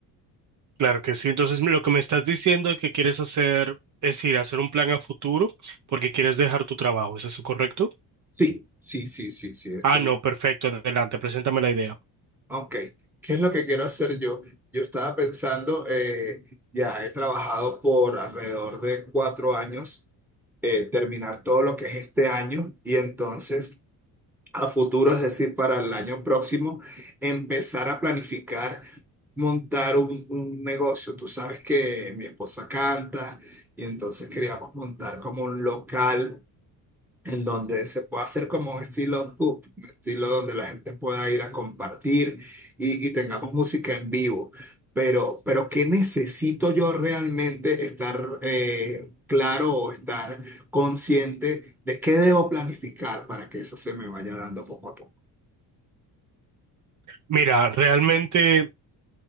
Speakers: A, on the right; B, in the centre.
A: Claro que sí, entonces lo que me estás diciendo es que quieres hacer, es decir, hacer un plan a futuro porque quieres dejar tu trabajo, ¿es eso correcto?
B: Sí, sí, sí, sí, sí, estoy.
A: Ah, no, perfecto, adelante, preséntame la idea.
B: Ok, ¿qué es lo que quiero hacer yo? Yo estaba pensando, eh, ya he trabajado por alrededor de cuatro años, eh, terminar todo lo que es este año y entonces a futuro, es decir, para el año próximo, empezar a planificar montar un, un negocio. Tú sabes que mi esposa canta y entonces queríamos montar como un local en donde se pueda hacer como un estilo pub, un estilo donde la gente pueda ir a compartir y, y tengamos música en vivo. Pero, pero ¿qué necesito yo realmente estar eh, claro o estar consciente de qué debo planificar para que eso se me vaya dando poco a poco?
A: Mira, realmente